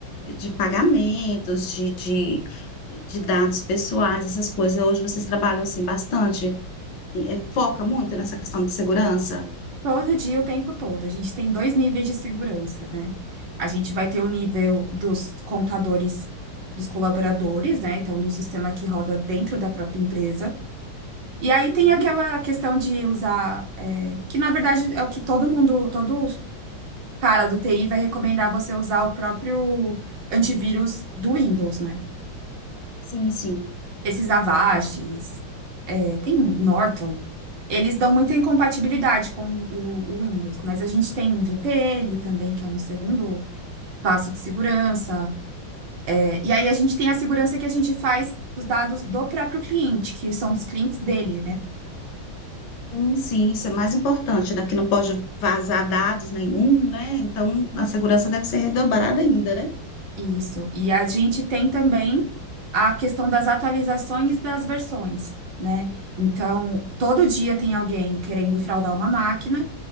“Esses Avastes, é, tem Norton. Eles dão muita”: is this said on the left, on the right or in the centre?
Right